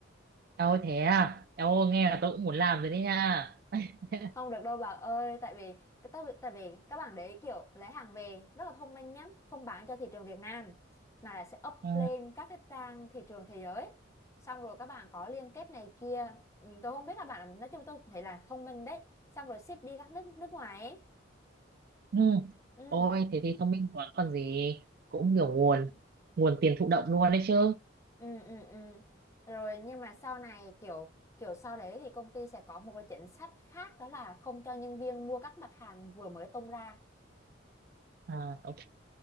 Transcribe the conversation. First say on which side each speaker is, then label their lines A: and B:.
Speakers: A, on the right (about 50°); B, on the left (about 15°).
A: Trời ơi, thế à? Trời ơi, nghe là tôi cũng muốn làm rồi đấy nha. <laughs>
B: không được đâu bà ơi tại vì tại, vì- tại vì các bạn đấy kiểu lấy hàng về rất là thông minh nhá không bán cho thị trường Việt Nam mà là sẽ up
A: Ừ.
B: lên các cái trang thị trường thế giới xong rồi các bạn có liên kết này kia ừ, tôi không biết là bạn nói chung tôi thấy là thông minh đấy xong rồi ship đi các nước nước ngoài ấy
A: Ừ.
B: ừ
A: Ôi, thế thì thông minh quá còn gì. Cũng kiểu nguồn, nguồn tiền thụ động luôn đấy chứ.
B: ừ ừ ừ rồi nhưng mà sau này kiểu kiểu sau đấy thì công ty sẽ có một cái chính sách khác đó là không cho nhân viên mua các mặt hàng vừa mới tung ra
A: À, ok.